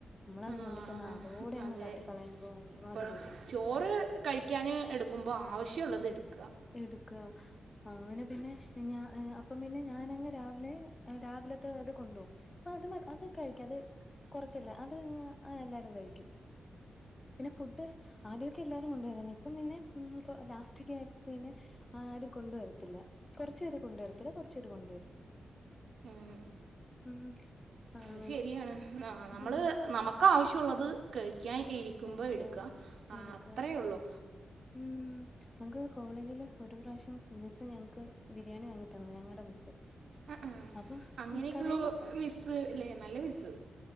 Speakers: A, on the left (about 20°); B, on the right (about 70°).
A: നമ്മളത്
B: ആ
A: കൊണ്ട് ചെന്ന് അതോടെ അങ്ങ്
B: അതെ
A: തട്ടി കളയുമ്പോ ഒരുമാതിരി
B: ഇപ്പോഴും
A: അല്ലേ
B: ചോറ് കഴിക്കാന് എടുക്കുമ്പം ആവശ്യ ഉള്ളത് എടുക്കാ
A: എടുക്കാ അങ്ങനെ പിന്നെ ഞാ അപ്പം പിന്നെ ഞാനങ്ങ് രാവിലെ രാവിലത്തെ അത് കൊണ്ട് പോവും അപ്പം <unintelligible> അത് കഴിക്കാതെ കൊറച്ചല്ലേ അത് അങ്ങ് അത് എല്ലാരും കഴിക്കും പിന്നെ ഫുഡ് ആദ്യൊക്കെ എല്ലാരും കൊണ്ടുവരുവാര്ന്ന് ഇപ്പം പിന്നെ ഉം ലാസ്റ്റൊക്കെ ആയി പിന്നെ ആരും കൊണ്ടുവരുത്തില്ല കൊറച്ച്പേര് കൊണ്ടുവരത്തില്ല കൊറച്ച്പേര് കൊണ്ടുവരും
B: ഉം
A: ഉം ആഹ്
B: അത്
A: അങ്ങനെ
B: ശരിയാണ് ആഹ് നമ്മള്
A: ഉം
B: നമ നമ്മുക്കാവശ്യഉള്ളത് കഴിക്കാൻ ഇരിക്കുമ്പം
A: കഴിക്കാ
B: എടുക്ക ആഹ്
A: എടുക്ക
B: അത്രയേ ഉള്ളു
A: ഉം ഞങ്ങക്ക് കോളേജില് ഒരു പ്രാവശ്യം മിസ്സ് ഞങ്ങക്ക് ബിരിയാണി വാങ്ങി തന്ന് ഞങ്ങടെ മിസ്സ്
B: ആഹ്
A: അപ്പൊ
B: അങ്ങനെയൊക്കെ
A: കടേന്ന്
B: ഉള്ളോ മിസ്സ് ഇല്ലേ നല്ല മിസ്സ്